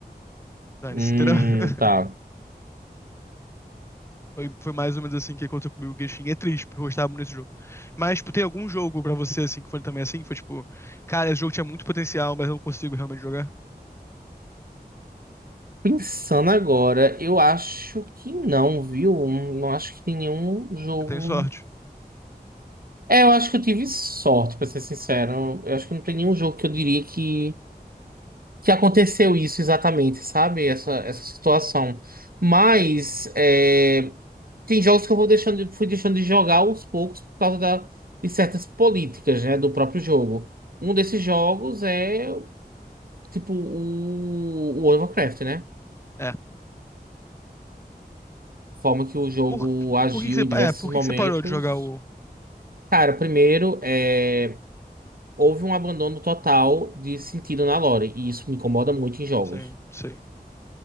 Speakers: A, on the left; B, on the right.
A: dane-se,
B: Hum,
A: entendeu? <laughs>
B: tá.
A: Foi, foi mais ou menos assim que aconteceu comigo. O Genshin é triste, porque eu gostava muito desse jogo. Mas, tipo, tem algum jogo pra você, assim, que foi também assim? Que foi, tipo, cara, esse jogo tinha muito potencial, mas eu não consigo realmente jogar?
B: Pensando agora, eu acho que não, viu? Não acho que tem nenhum jogo.
A: Você tem sorte.
B: É, eu acho que eu tive sorte, pra ser sincero. Eu acho que não tem nenhum jogo que eu diria que, que aconteceu isso exatamente, sabe? Essa, essa situação. Mas é, tem jogos que eu vou deixando, de- fui deixando de jogar aos poucos por causa da, de certas políticas, né, do próprio jogo. Um desses jogos é, tipo, o, o World of Warcraft, né?
A: É.
B: Forma que o jogo
A: Por,
B: agiu
A: por que que você,
B: em diversos
A: é, por
B: momentos.
A: que que você parou de jogar o.
B: Cara, primeiro, é houve um abandono total de sentido na lore, e isso me incomoda muito em jogos.
A: Sim, sim,